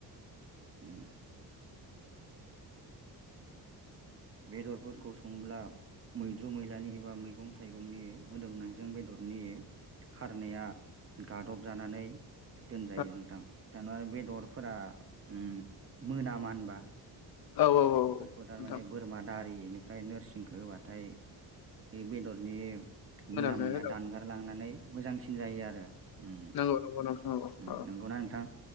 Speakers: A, on the right; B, on the left.
A: उम बेदरफोरखौ संङोब्ला मैद्रु मैलानि एबा मैगं थाइगंनि मोदोमनायजों बेदर नि खारनाया गाद'बजानानै। दोनजायो
B: औ
A: नोंथां दाना बेदरफोरा उम मोनामा ओनबा?
B: औ औ
A: बेफोरखौ थारमाने
B: नंगौ नोंथां औ नोंथां
A: बोरमा दारि। बेनिफ्राय नोरसिंखौ होबाथाय बे बेदरनि।
B: मोनामनाय
A: मोनामनाया
B: औ
A: दानगारलांनानै मोजांसिन जायो उम
B: नंगौ नंगौ नोंथां नंगौ
A: उम
B: औ
A: नंगौना नोंथां